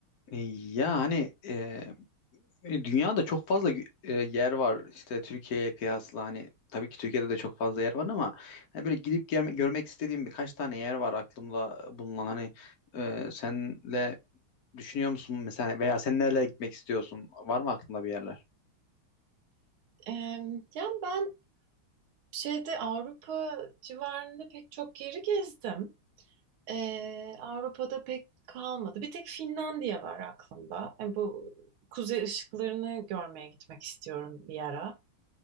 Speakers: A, on the left; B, on the right.
A: E, Ya hani e, e, dünyada çok fazla gü- e, yer var işte Türkiye'ye kıyasla hani tabii ki Türkiye'de de çok fazla yer var ama hani böyle gidip gelme- görmek istediğim birkaç tane yer var aklımda bulunan hani e, senle düşünüyor musun mesela veya sen nerelere gitmek istiyorsun var mı aklında bir yerler?
B: Ee, yani ben şeyde Avrupa civarında pek çok yeri gezdim. Ee, Avrupa'da pek kalmadı. Bir tek Finlandiya var aklımda. Yani bu kuzey ışıklarını görmeye gitmek istiyorum bir ara.